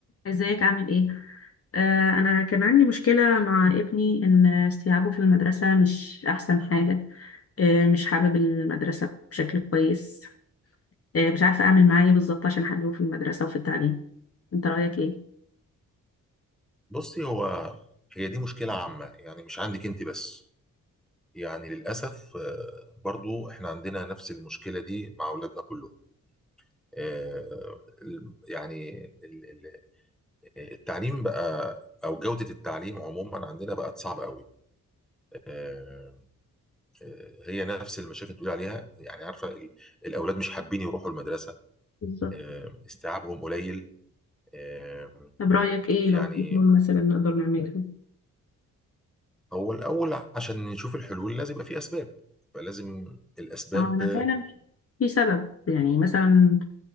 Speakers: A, on the left; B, in the centre.
A: ازيك عامل ايه آه انا كان عندي مشكله مع ابني ان استيعابه في المدرسه مش احسن حاجه آه مش حابب المدرسه بشكل كويس آه مش عارفه اعمل معاه ايه بالظبط عشان احببه في المدرسه وفي التعليم انت رايك ايه
B: بصي هو هي دي مشكلة عامة يعني مش عندك انت بس يعني للأسف آه، برضو احنا عندنا نفس المشكلة دي مع أولادنا كلهم آه، ال- يعني ال- ال- التعليم بقى أو جودة التعليم عموما عندنا بقت صعبة قوي آه، آه، هي نفس المشاكل اللي بتقول عليها يعني عارفة ال- الأولاد مش حابين يروحوا المدرسة
A: بالظبط
B: آه، استيعابهم قليل آه،
A: طب رايك ايه لو
B: يعني
A: في حلول مثلا نقدر نعملها
B: هو الأول عشان نشوف الحلول لازم يبقى في أسباب فلازم الأسباب
A: اه انا فعلا في سبب يعني مثلا